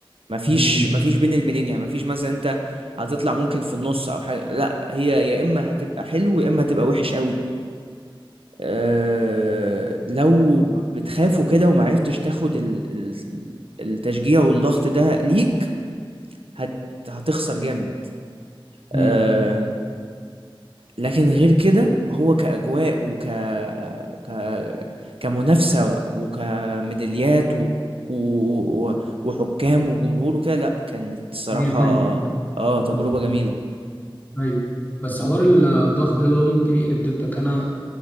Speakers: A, on the right (about 80°); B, on the left (about 20°).
A: مفيش
B: مم.
A: مفيش بين البنين يعني مفيش مثلا انت هتطلع ممكن في النص او حاجة لا هي يا اما هتبقى حلو يا اما هتبقى وحش قوي آه، لو بتخاف وكده ومعرفتش تاخد ال- ال- التشجيع والضغط ده ليك هت هتخسر جامد
B: امم
A: آه، لكن غير كده هو كأجواء وك ك كمنافسة وكميداليات و... و... و- وحكام وجمهور وكده لا كانت الصراحة
B: هي تانية
A: اه تجربة
B: مم.
A: جميلة
B: ايوه بس حوار ال- الضغط ده اللي هو ممكن يقلب ضدك انا